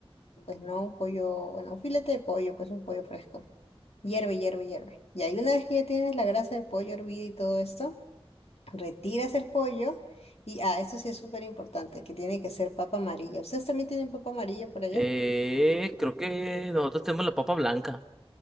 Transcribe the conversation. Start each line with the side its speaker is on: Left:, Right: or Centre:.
Left: pues no, un pollo, bueno, un filete de pollo, pues un pollo fresco. Hierve, hierve, hierve. Ya, y una vez que ya tienes la grasa de pollo hervida y todo esto, Retiras el pollo y, ah, eso sí es súper importante, que tiene que ser papa amarilla. ¿Ustedes también tienen papa amarilla por allá?
Centre: Eh, creo que nosotros tenemos la papa blanca.